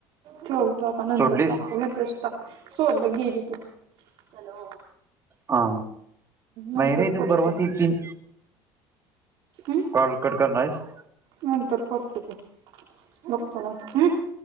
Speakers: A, on the right; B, on the right.
A: ठेवतो आता नंतर
B: सोडलीस
A: टाकतो मेसेज टाक सोडलं की हॅलो
B: हा नाही
A: नंतर
B: रे तू
A: बोलतो
B: परवा ती तीन
A: ह
B: कॉल कट करणार आहेस
A: नंतर करतो की हम्म